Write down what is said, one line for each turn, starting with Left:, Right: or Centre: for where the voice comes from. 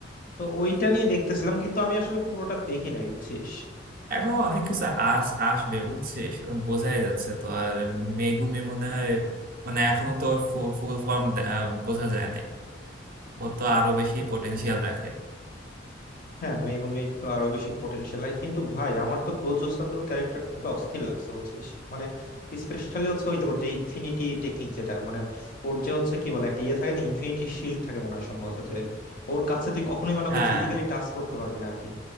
Left: তো ওইটা নিয়ে দেখতেছিলাম কিন্তু আমি আসলে পুরোটা দেখি নাই বুঝছিস
Right: এখন অনেক কিছু আস আসবে বুঝছিস বোঝাই যাচ্ছে তো আর মেগুমি মনে হয় মানে এখনো তো ওর ফুল ফর্ম বোঝা যায় নাই ও তো আরো বেশি পটেনশিয়াল রাখে
Left: হ্যাঁ মেগুমি তো আরো বেশি পোটেনশিয়াল হয় কিন্তু ভাই আমার তো গোজো সাতোরু ক্যারেক্টারটা তো অস্থির লাগছে বুঝছিস মানে স্পেশালি হচ্ছে ওই তোর যে ইনফিনিটি টেকনিক যেটা মানে ওর যে হচ্ছে কি বলে একটা ইয়ে থাকে না ইনফিনিটি শিল্ড থাকে মনে হয় সম্ভবত যে ওর কাছে তুই কখনোই মানে
Right: হ্যাঁ
Left: ওকে ফিজিক্যালি টাচ করতে পারবি না আর কি